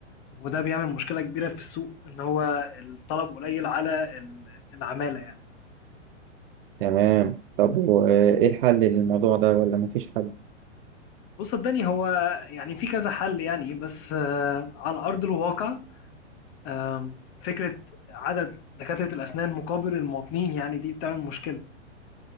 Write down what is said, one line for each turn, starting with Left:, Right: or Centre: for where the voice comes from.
Left: وده بيعمل مشكلة كبيرة في السوق إن هو الطلب قليل على ال- العمالة يعني
Right: تمام طب وايه الحل للموضوع ده ولا مفيش حل
Left: بص صدقني هو يعني في كذا حل يعني بس آه، على أرض الواقع آم، فكرة عدد دكاترة الأسنان مقابل المواطنين يعني دي بتعمل مشكلة